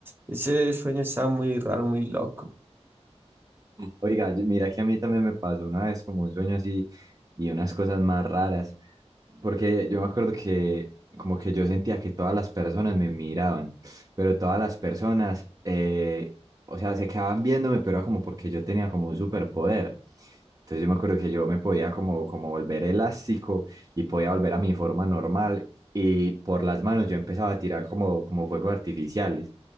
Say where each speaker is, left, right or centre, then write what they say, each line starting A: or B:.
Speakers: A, on the right (about 20°); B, on the right (about 35°).
A: Ese sueño estaba muy raro, muy loco.
B: Oiga, yo- mira que a mí también me pasó una vez como un sueño así y unas cosas más raras. Porque yo me acuerdo que como que yo sentía que todas las personas me miraban, pero todas las personas, eh, o sea, se quedaban viéndome, pero era como porque yo tenía como un superpoder. Entonces yo me acuerdo que yo me podía como, como volver elástico y podía volver a mi forma normal y por las manos yo empezaba a tirar como, como fuegos artificiales